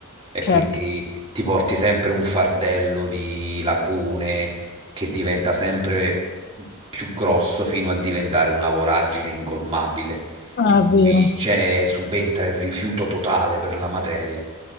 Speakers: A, on the right; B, on the left.
A: e quindi
B: Certo,
A: ti porti sempre un fardello di lacune che diventa sempre più grosso fino a diventare una voragine incolmabile
B: Ah,
A: in
B: è vero.
A: cui c'è subentra il rifiuto totale per la materia.